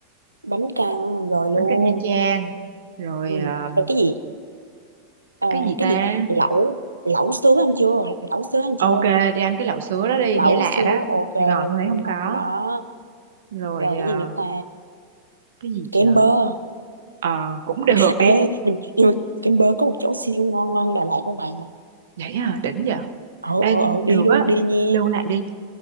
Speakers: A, on the right; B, on the right.
A: bánh căn rồi
B: bánh
A: luôn
B: căn Nha Trang rồi
A: ừ.
B: à,
A: rồi cái gì Ờ,
B: cái gì ta
A: cái gì lẩu lẩu sứa ăn chưa lẩu sứa ăn
B: ok
A: chưa
B: đi ăn cái lẩu sứa đó đi
A: lẩu
B: nghe lạ
A: sứa
B: đó
A: ok
B: Sài Gòn
A: luôn
B: Huế không có
A: ngon đó
B: rồi
A: rồi
B: à,
A: cái gì nữa ta
B: cái gì trời
A: kem bơ
B: à, cũng được
A: Ê,
B: đi
A: nhưng, nhưng mà Kem Bơ có một chỗ siêu ngon ngon Đà Lạt luôn bạn
B: vậy à đỉnh vậy
A: ờ
B: em
A: ờ ờ đi
B: được
A: luôn
B: á
A: đi nha
B: lưu lại đi